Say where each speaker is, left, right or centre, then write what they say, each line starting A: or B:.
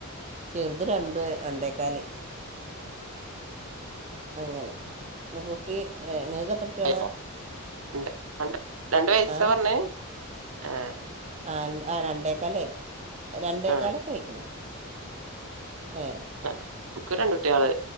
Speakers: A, on the right; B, on the right.
A: ചെറുത് രണ്ട് രണ്ടേക്കാല് അങ്ങനെ ന്ന്കുട്ടി ങൾക്കത്രട്ടൃളാ
B: വയസ്സോ? രണ്ട് രണ്ട് രണ്ട് വയസ്സാറഞ്ഞേ
A: ആ
B: ആ
A: ആ ണ്ട് ആ രണ്ടേക്കാലായി രണ്ടേക്കാലൊക്കെയിക്കുണ്
B: ആഹ്
A: ഏ
B: ആ ക്ക് രണ്ടുട്ടിയാള്